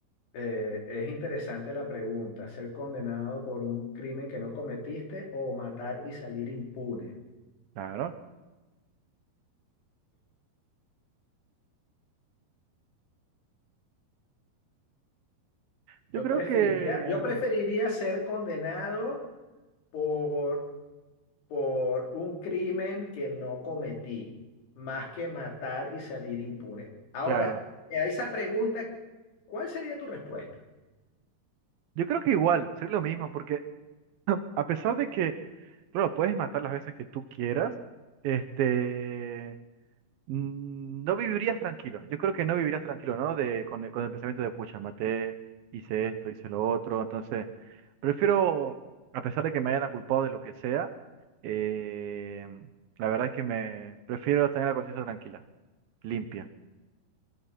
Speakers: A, on the left; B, on the right.
A: eh, es interesante la pregunta, ser condenado por un crimen que no cometiste o matar y salir impune.
B: Claro. Yo
A: Yo
B: creo
A: preferiría,
B: que,
A: yo preferiría ser condenado por, por un crimen que no cometí, más que matar y salir impune. Ahora,
B: claro,
A: a esa pregunta, ¿cuál sería tu respuesta?
B: yo creo que igual, ser lo mismo, porque <clears throat> a pesar de que Claro, puedes matar las veces que tú quieras. Este, mm, no vivirías tranquilo. Yo creo que no vivirías tranquilo, ¿no? De, con el, con el pensamiento de, pucha, maté, hice esto, hice lo otro. Entonces, prefiero, a pesar de que me hayan culpado de lo que sea, eh, la verdad es que me prefiero tener la conciencia tranquila, limpia.